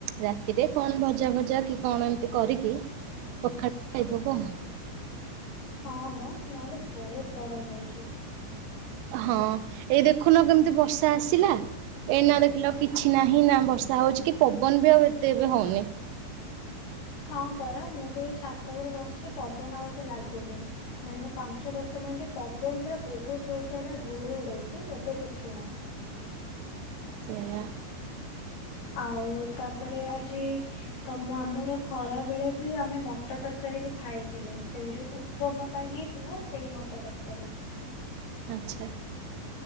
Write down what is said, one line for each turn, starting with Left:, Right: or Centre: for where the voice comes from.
Right: ରାତିରେ କଣ ଭଜା ଭଜା କରିକି କଣ ଏମିତି କରିକି ପଖାଳ ଖାଇ ଦବୁ ଆଉ।
Left: ହଁ ମଁ ନହେଲେ ବହୁତ ଗରମ ହଉଛି।
Right: ହଁ ଏଇ ଦେଖୁନ କେମିତି ବର୍ଷା ଆସିଲା ଏଇ ନା ଦେଖିଲ କିଛି ନାହିଁ ନା ବର୍ଷା ହଉଛି କି ପବନ ବି ଆଉ ଏତେ ଏବେ ହଉନି।
Left: ହଁ ପରା ମୁଁ ବି ଛାତ ଉପରେ ବସିଛି ପବନ ଆଉ ଏତେ ଏତେ ଲାଗୁନି ମାନେ ପାଞ୍ଚ ଦଶ ମିନିଟ ପବନ ପୁରା ବହୁତ ଜୋର ସେ ହେଲା ଧୂଳି ଉଡେଇକି ଏବେ କିଛି ନାହିଁ।
Right: ସେଆ <inaudible>
Left: ଆଉ ତାପରେ ଆଜି ତମ ଆମର ଖରା ବେଳେ ବି ଆମେ ମ ମଟର ତରକାରୀ ବି ଖାଇଥିଲୁ, ସେଇ ଯୋଉ ଉପମା ପାଇଁ ହେଇଥିଲା ସେଇ ମଟର ତରକାରୀ
Right: ଆଚ୍ଛା